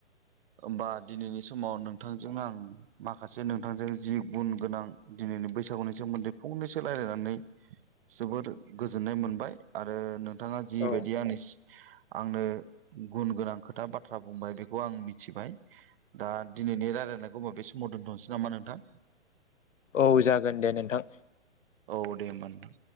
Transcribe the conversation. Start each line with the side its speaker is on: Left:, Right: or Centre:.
Right: होमबा दिनैनि समाव नोंथांजों आं माखासे नोंथांजों जि गुन गोनां दिनैनि बैसागुनि सोमोन्दै फंनैसो रायलायनानै जोबोद गोजोननाय मोनबाय। आरो नोंथाङा जिबायदि
Left: औ
Right: आंनो आंनो गुन गोनां खोथा बाथ्रा बुंबाय बेखौ आं मिथिबाय। दा दिनैनि रायलायनायखौ होमबा बेे समाव दोनथ'नोसै नामा नोंथां?
Left: औ, जागोन दे नोंथां।
Right: औ, दे होमबा नोंथां।